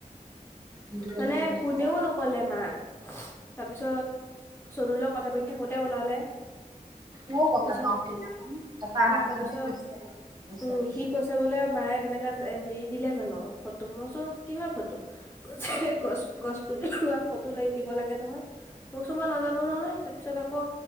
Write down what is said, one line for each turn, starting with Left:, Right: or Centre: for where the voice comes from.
Right: নহ'ব
Left: মানে কোনেও নকলে মাক, তাৰপিছত চনুৰ লগত কথা পাতি থকোতে ওলালে,
Right: মও
Left: তাৰপিছত
Right: গম নাপাও সেইদিনাখন তাৰপা অহাৰ
Left: অ
Right: পিছতহে
Left: তাৰপিছত
Right: কৈছে,
Left: উম,
Right: বুলি
Left: সি কৈছে বোলে মায়ে তেনেকা হেৰি দিলে জানো ফটো, মই কচো কিহৰ ফটো? কৈছে গছ গছ পুলি ৰোৱা ফটো লাগি দিব লাগে নহয়। মই কৈছো মই নাজানো নহয় তাৰপিছত আকৌ,